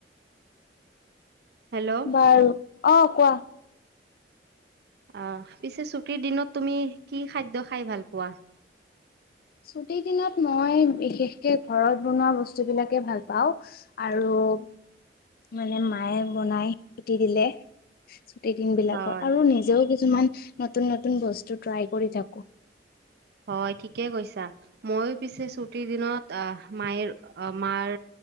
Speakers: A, on the right; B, on the left.
A: হেল্ল'
B: বাৰু অঁ কোৱা!
A: অ পিছে ছুটীৰ দিনত তুমি কি খাদ্য খাই ভাল পোৱা
B: ছুটিৰ দিনত মই বিশেষকে ঘৰত বনোৱা বস্তু বিলাকে ভাল পাওঁ আৰু অ মানে মায়ে বনাই ছুটি দিলে ছুটিৰ দিন বিলাকত
A: হয়
B: আৰু নিজেও কি কিছুমান নতুন নতুন বস্তু ট্ৰাই কৰি থাকো
A: হয় ঠিকেই কৈছা। মই পিছে ছুটিৰ দিনত আহ মায়ে মাৰ